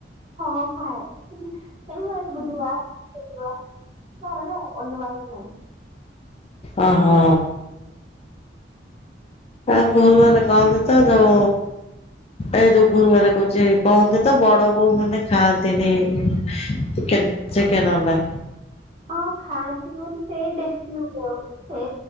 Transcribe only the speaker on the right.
ହଁ ହଁ ଏଇ ବୁଧବାର ଶୁକ୍ରବାର। ଚଳିବ, ଅନ୍ୟବାର ନାହିଁ।
ହଁ ଖାଆନ୍ତିନି ମାନେ ସେ ଦେଶୀ ଲୋକ ମାନେ ସେ